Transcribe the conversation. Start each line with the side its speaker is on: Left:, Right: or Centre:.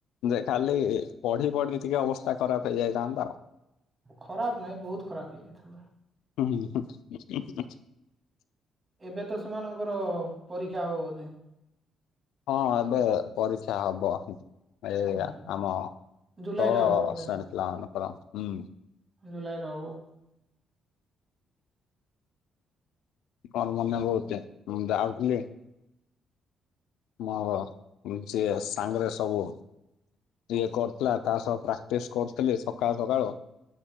Left: ଯେ ଖାଲି ପଢି ପଢିକି ଟିକେ ଅବସ୍ଥା ଖରାପ ହେଇଯାଇଥାନ୍ତା ଆଉ।
Right: ଖରାପ ନାଇ ବହୁତ ଖରାପ ହେଇଯାଇଥାନ୍ତା।
Left: ହୁଁ <unintelligible>
Right: ଏବେ ତ ସେମାନଙ୍କର ପରୀକ୍ଷା ହବ ବୋଧେ?
Left: ହଁ ଏବେ ପରୀକ୍ଷା ହବ। ଏ
Right: ହୁଁ
Left: ଆମ
Right: ଜୁଲାଇରେ
Left: ତଳ
Right: ହବ ବୋଧେ
Left: ଶ୍ରେଣୀ ପିଲା ମାନକର, ହୁଁ।
Right: ଜୁଲାଇରେ ହବ।
Left: କଣ ମନେ ବହୁତି ମୁଁ ଯାଉଥିଲି ମୋର ଯିଅ ସାଙ୍ଗରେ ସବୁ ଇଏ କରୁଥିଲା ତା ସହ ପ୍ରାକ୍ଟିସ କରୁଥିଲି ସକାଳୁ ସକାଳୁ